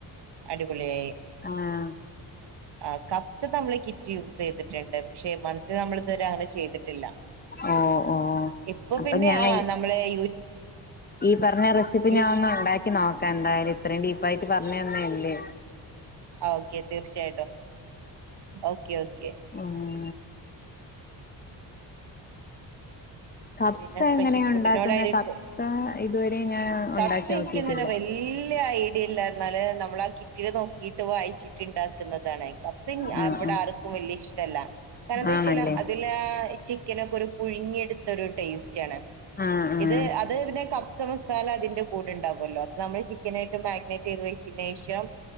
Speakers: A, on the right; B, on the left.
A: അടിപൊളിയായി.
B: ആഹ്
A: ആ കപ്സ് നമ്മൾ കിറ്റ് യൂസ് ചെയ്തിട്ടുണ്ട് പക്ഷെ മന്തി നമ്മള് ഇതുവരെങ്ങനെ ചെയ്തിട്ടില്ല.
B: ഓ ഓ
A: ഇപ്പെ
B: അപ്പൊ
A: പിന്നെ
B: ഞാൻ
A: ആ നമ്മളെ യു
B: ഈ പറഞ്ഞ റെസിപ്പി
A: യു
B: ഞാ ഒന്ന ഉണ്ടാക്കി നോക്കാന്തായാലും, ഇത്രയും ഡീപ്പയിട്ട് പറഞ്ഞ ന്നല്ലേ.
A: ആ ഓക്കെ തീർച്ചയായിട്ടും, ഓക്കെ ഓക്കെ.
B: ഒർങ്ങേനെ കപ്സ
A: പിന്നെ സ്പെഷ്യൽ
B: എങ്ങനെയാ
A: ഫുഡിനോടയി
B: ഉണ്ടാക്കുന്നെ കപ്സ
A: <unintelligible>
B: ഇതുവരെ ഞാൻ
A: കബ്സ്
B: ഉണ്ടാക്കി നോക്കിയിട്ടില്ല
A: ഇൻക്ക്യുംതന്നെ വല്ല്യ ക്കില്ലാര്ന്നാല് നമ്മളാ കിറ്റില് നോക്കിട്ട് വായിച്ചിട്ടുണ്ടാക്കുന്നതാണ്. പ്പഫിൻ
B: ആഹ്
A: അ വ്ടെ ആർക്കും വല്യ ഇഷ്ടമല്ല.
B: ആഹ്
A: കാരണം എന്താച്ചാല്
B: ആണല്ലേ
A: അതിലേ ഇ ചിക്കനൊക്കെരു പുഴ്ങ്ങിയെട് ത്തൊരു ടേയ്സ്റ്റാണ്.
B: ആഹ് ആഹ്
A: ഇത് അത് പിന്നെ കബ്സമസാല അതിന്റെ കൂടെണ്ടാവൊല്ലോ അത് നമ <unintelligible> ചിക്കനായിട്ട് മാഗിനേറ്റ് ചെയ്ത് വെച്ചിനേഷം